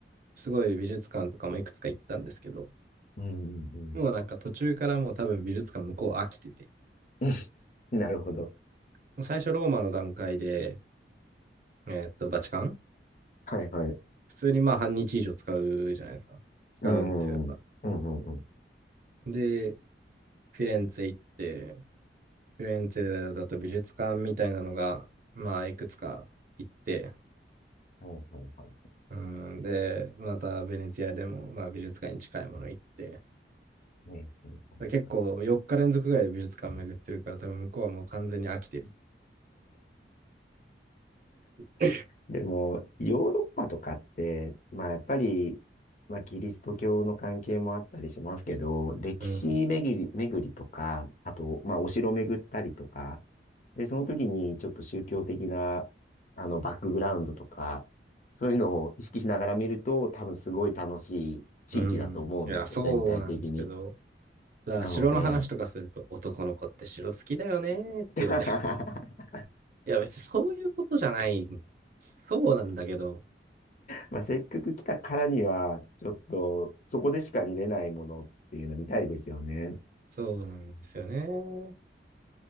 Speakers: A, on the right; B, on the left.
A: う、すごい美術館とかもいくつか行ったんですけど、
B: うんうんうん。
A: もうなんか途中からもう多分美術館向こう飽きてて、
B: <laughs> なるほど。
A: もう最初ローマの段階でえーっと、バチカン
B: はいはい。
A: 普通にまあ半日以上使うじゃないですか。使うんですよ、
B: うん。
A: やっぱ。
B: うんうんうん。
A: で、フィレンツェ行って、フィレンツェだと美術館みたいなのが、まあ、いくつか行って、
B: はいはいはい。
A: うん、で、またベネツィアでも、まあ、美術館に近いもの行って、
B: はいはいはい。
A: 結構4日連続ぐらいで美術館巡ってるから、多分向こうはもう完全に飽きてる。う
B: でも、ヨーロッパとかって、まあやっぱり、まあキリスト教の関係もあったりしますけど、歴史巡り、
A: ん、
B: 巡りとか、あと、まあお城巡ったりとか、で、その時にちょっと宗教的な、あの、バックグラウンドとか、そういうのを意識しながら見ると、多分すごい楽しい地域だと思うんですよ、
A: うん。いや、そうなんですけど、
B: 全体的に。
A: だから城の話とかすると、
B: なので、
A: 男の子って城好きだよねって言われ
B: <laughs>
A: いや、別にそういうことじゃない。そうなんだけど、
B: まあ、せっかく来たからには、ちょっと、そこでしか見れないものっていうの見たいですよね。
A: そうなんですよね。